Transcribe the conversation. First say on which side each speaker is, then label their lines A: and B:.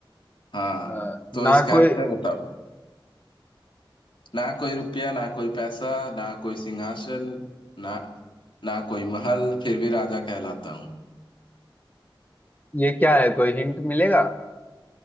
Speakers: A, on the left; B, on the left.
A: हाँ
B: अ,
A: तो
B: ना
A: इसका
B: कोई
A: आंसर बताओ ना कोई रुपया ना कोई पैसा ना कोई सिंहासन ना ना कोई महल फिर भी राजा कहलाता हूँ
B: ये क्या है कोई हिंट मिलेगा